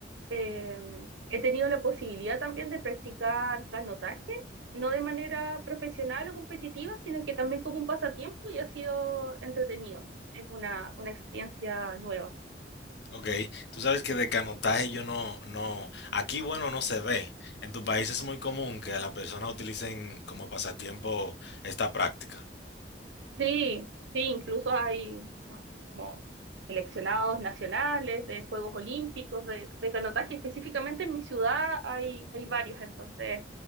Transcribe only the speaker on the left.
Ok, tú sabes que de canotaje yo no, no, aquí bueno no se ve. En tu país es muy común que las personas utilicen como pasatiempo esta práctica.